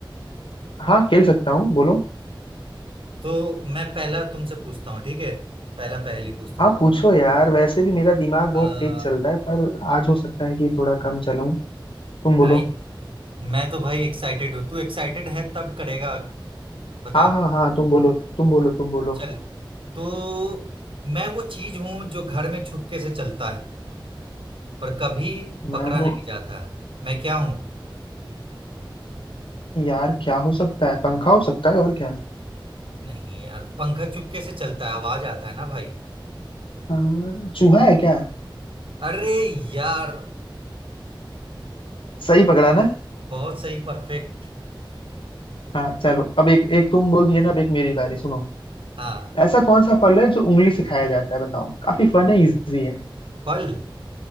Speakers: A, on the left; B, on the right.
A: हाँ खेल सकता हूँ बोलो
B: तो मैं पहला तुमसे पूछता हूँ ठीक है पहला पहेली पूछता
A: हाँ
B: हूँ तुम
A: पूछो यार वैसे भी मेरा दिमाग
B: आ,
A: बहुत तेज चलता है पर आज हो सकता है कि थोड़ा कम चलाऊं तुम बोलो
B: भाई मैं तो भाई एक्साइटेड हूँ तू एक्साइटेड है तब करेगा बता
A: हाँ हाँ हाँ तुम बोलो तुम बोलो तुम बोलो
B: चल तो मैं वो चीज हूँ जो घर में छुपके से चलता है पर कभी
A: मैं
B: पकड़ा
A: वो
B: नहीं जाता मैं क्या हूँ
A: यार क्या हो सकता है पंखा हो सकता है और क्या
B: नहीं यार पंखा चुपके से चलता है आवाज आता है ना भाई
A: हाँ, चूहा है क्या
B: अरे यार
A: सही पकड़ा ना
B: बहुत सही परफेक्ट
A: हाँ चलो अब एक एक तुम बोल दिए ना अब एक मेरी बारी सुनो
B: हाँ
A: ऐसा कौन सा फल है जो उंगली से खाया जाता है बताओ काफी फन है इजी है
B: फल